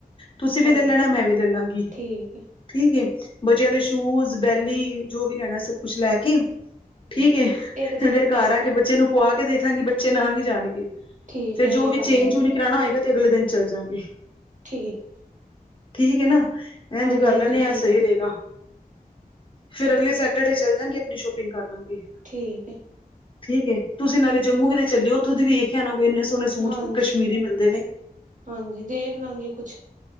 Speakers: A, on the left (about 35°); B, on the right (about 55°).
A: ਤੁਸੀਂ ਵੀ
B: ਹਾਂਜੀ
A: ਲੈ ਲੈਣਾ ਮੈਂ ਵੀ ਲੈ ਲਾਂਗੀਂ
B: ਠੀਕ ਹੈ
A: ਠੀਕ ਏ ਬੱਚਿਆਂ ਦੇ ਸ਼ੂਜ ਬੈਲੀ ਜੋ, ਵੀ ਲੈਣਾ ਸਭ ਕੁਛ ਲੈ ਕੇ। ਠੀਕ ਏ
B: ਹੈ ਇੱਕ
A: ਫੇਰ
B: ਦਿਨ ਆਪਣੇ
A: ਘਰ
B: ਵਾਸਤੇ
A: ਆ ਕੇ ਬੱਚੇ ਨੂੰ ਖਵਾ ਕੇ ਦੇਖਾਂਗੇ, ਬੱਚੇ ਨਾਲ ਨੀ ਜਾਣਗੇ
B: ਠੀਕ
A: ਫੇਰ
B: ਹੈ
A: ਜੋ
B: ਐਵੇਂ
A: ਵੀ
B: ਕਰ ਲੈਂਦੇ
A: ਚੇਂਜ ਹੋਣੀ। ਰਹਿਣਾ ਹੋਏਗਾ ਤੇ ਅਗਲੇ ਦਿਨ ਚੱਲ ਜਾਗੇ,
B: ਠੀਕ ਹੈ,
A: ਠੀਕ ਹੈ, ਨਾ ਇਝ
B: ਹਾਂਜੀ
A: ਕਰ ਲੈਣੇ
B: ਹਾਂਜੀ ਠੀਕ
A: ਆ ਸਹੀ
B: ਹੈ
A: ਰਹੇਗਾ। ਫੇਰ ਅਗਲੇ ਸੈਟਰਡੇ ਚੱਲ ਜਾਂਗੇ ਆਪਣੀ ਸ਼ੋਪਿੰਗ ਕਰ ਲਾਂਗੇ।
B: ਠੀਕ ਹੈ,
A: ਠੀਕ ਹੈ ਤੁਸੀਂ ਨਾਲੇ ਜੰਮੂ ਕਿ ਚੱਲਿਓ, ਉੱਥੋਂ ਦੀ ਵੀ ਵੇਖ ਨਾ ਕੋਈ ਇੰਨੇ ਸੋਹਣੇ ਸੂਟ
B: ਹਾਂਜੀ
A: ਕਸ਼ਮੀਰੀ ਮਿਲਦੇ ਨੇ,
B: ਹਾਂਜੀ ਦੇਖ ਲਾਂਗੀ, ਕੁੱਛ